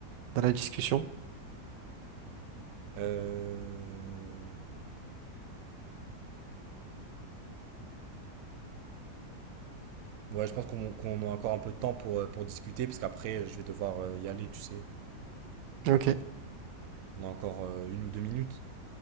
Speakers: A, on the right; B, on the right.
A: dans la discussion.
B: euh, Ouais, je pense qu'on qu'on a encore un peu de temps pour, euh, pour discuter, parce qu'après, je vais devoir euh, y aller, tu sais.
A: Ok,
B: On a encore euh, une ou deux minutes,